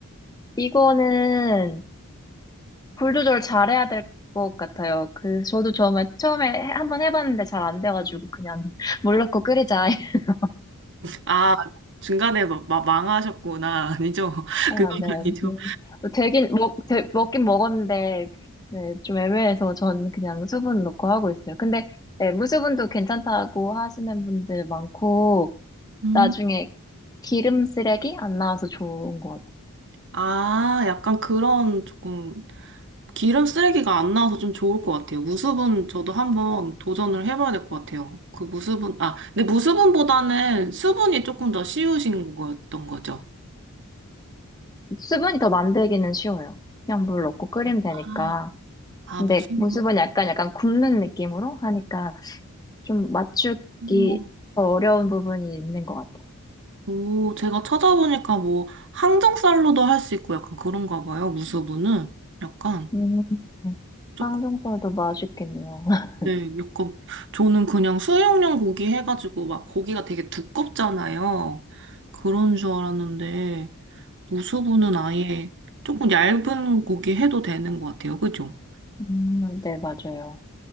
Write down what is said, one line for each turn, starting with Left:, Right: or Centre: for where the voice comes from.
Left: 이거는 불 조절 잘해야 될 것 같아요. 그, 저도 처음에, 처음에 해- 한번 해봤는데 잘 안 돼가지고, 그냥 <laughs> 물 넣고 끓이자. <laughs>
Right: 아, 중간에 막, 막 망하셨구나. 아니죠? <laughs>
Left: 아,
Right: 그건
Left: 네.
Right: 아니죠.
Left: 음, 되긴, 먹, 되, 먹긴 먹었는데, 네, 좀 애매해서 전 그냥 수분 넣고 하고 있어요. 근데, 네, 무수분도 괜찮다고 하시는 분들 많고,
Right: 음.
Left: 나중에 기름 쓰레기 안 나와서 좋은 것 같아요.
Right: 아, 약간 그런 조금. 기름 쓰레기가 안 나와서 좀 좋을 것 같아요. 무수분 저도 한번 도전을 해봐야 될 것 같아요. 그 무수분, 아, 근데 무수분보다는 수분이 조금 더 쉬우신 거였던 거죠.
Left: 수분이 더 만들기는 쉬워요. 그냥 물 넣고 끓이면 되니까.
Right: 아, 아,
Left: 근데
Right: 무수분.
Left: 무수분 약간, 약간 굽는 느낌으로 하니까, 좀 맞추기
Right: 음.
Left: 더 어려운 부분이 있는 것 같아요.
Right: 오, 제가 찾아보니까 뭐 항정살로도 할 수 있고 약간 그런가 봐요. 무수분은 약간
Left: 음,
Right: 조금,
Left: 쌍둥살도 맛있겠네요. <laughs>
Right: 네, 약간 저는 그냥 수육용 고기 해가지고 막 고기가 되게 두껍잖아요. 그런 줄 알았는데. 무수부는 아예 조금 얇은 고기 해도 되는 것 같아요. 그죠?
Left: 음, 네, 맞아요.